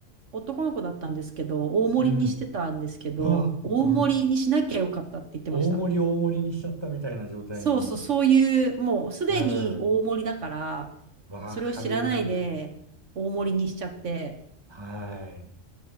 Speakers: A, on the right; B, on the right.
A: 男の子だったんですけど、大盛りにしてたんですけど、
B: うん。うわ、
A: 大盛りにしなきゃよかったって言ってました。
B: うん。大盛り大盛りにしちゃったみたいな状態に。
A: そうそう、そういう、もうすでに大盛りだから、
B: うん。わかる。
A: それを知らないで大盛りにしちゃって、
B: はい。